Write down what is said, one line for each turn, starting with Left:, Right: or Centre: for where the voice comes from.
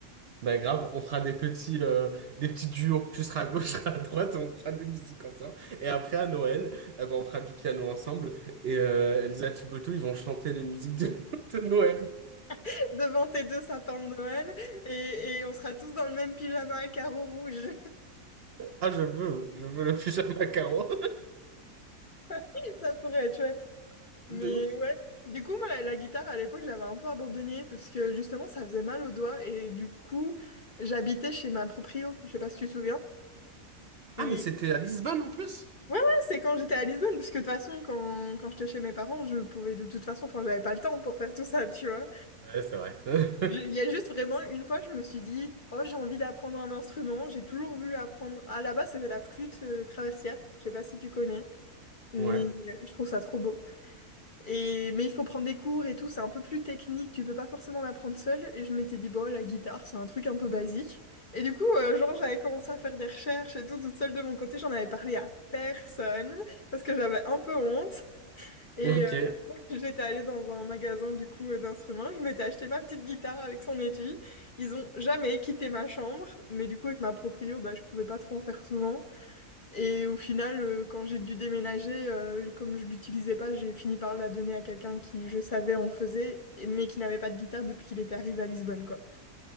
Right: Bah grave, on fera des petits, euh, des petits duos. Tu seras à gauche, <laughs> je serai à droite, on fera des musiques ensemble. Et après, à Noël, eh ben, on fera du piano ensemble. Et euh, Elsa Thibodeau, ils vont chanter les musiques de, <laughs> de Noël.
Left: <laughs> devant tes deux sapins de Noël et, et on sera tous dans le même pyjama à carreaux rouges.
Right: Ah, je veux, je veux le pyjama carreau.
Left: <laughs> Ça pourrait être chouette.
Right: <laughs>
Left: Mais
Right: De ouf.
Left: ouais. Du coup, moi, la, la guitare, à l'époque, j'avais un peu abandonné parce que justement, ça faisait mal aux doigts et du coup, j'habitais chez ma proprio. Je sais pas si tu te souviens. Et,
Right: Ah, mais c'était à Lisbonne en plus?
Left: Ouais, ouais, c'est quand j'étais à Lisbonne, parce que de toute façon, quand, quand j'étais chez mes parents, je pouvais de toute façon, enfin, j'avais pas le temps pour faire tout ça, tu vois.
Right: Ouais, c'est vrai. <laughs>
Left: Je- Il y a juste vraiment une fois, je me suis dit, oh, j'ai envie d'apprendre un instrument, j'ai toujours voulu apprendre. À la base, c'était la flûte euh, traversière, je sais pas si tu connais, mais
Right: Ouais.
Left: euh, je trouve ça trop beau. Et, mais il faut prendre des cours et tout, c'est un peu plus technique, tu peux pas forcément l'apprendre seul. Et je m'étais dit, bon, la guitare, c'est un truc un peu basique. Et du coup, euh, genre, j'avais commencé à faire des recherches et tout, toute seule de mon côté, j'en avais parlé à personne, parce que j'avais un peu honte. Et
Right: Ok.
Left: euh, <laughs> j'étais allée dans un magasin, du coup, euh, d'instruments, je m'étais acheté ma petite guitare avec son étui. Ils ont jamais quitté ma chambre, mais du coup, avec ma proprio, bah, je pouvais pas trop en faire souvent. Et au final, euh, quand j'ai dû déménager, euh, comme je l'utilisais pas, j'ai fini par la donner à quelqu'un qui, je savais, en faisait, et- mais qui n'avait pas de guitare depuis qu'il était arrivé à Lisbonne, quoi.